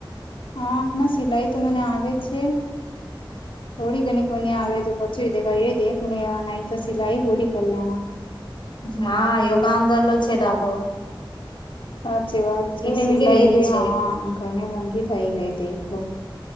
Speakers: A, on the left; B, on the left.
A: હા, ના સિલાઈતો મને આવે છે, થોડી ઘણી કોની આવે જો પછી દેખાય એ દેખ લેવા નોતો સિલાઈ પૂરી કરી લેવા.
B: જ્યાં એવો કામ કરલો છે, આપડો
A: સાચી વાત છે, સિલાઈ
B: મહેંગી વેગી
A: ભીહા
B: છે
A: ઘણી મોંઘી થઈ ગઈ હતી એટલું.